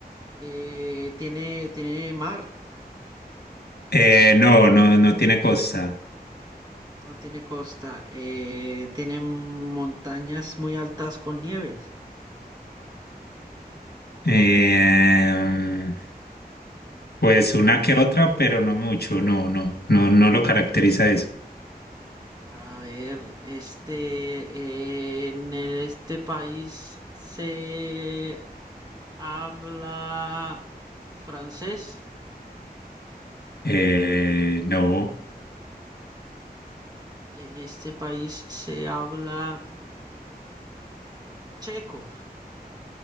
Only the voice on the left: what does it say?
Eh, no, no, no tiene costa.
Eh, pues
una
que otra, pero no mucho, no, no, no, no lo caracteriza eso.
Eh, no.